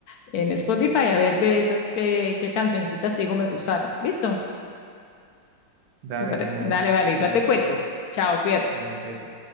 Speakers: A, on the left (about 75°); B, on the right (about 75°).
A: en Spotify a ver de esas que, qué qué cancioncitas sigo me gustaron. ¿Listo?
B: Dale,
A: ¿Te pare-
B: genial.
A: Dale, dale,
B: Bueno,
A: igual te cuento. Chao, cuídate.
B: bueno, chaito.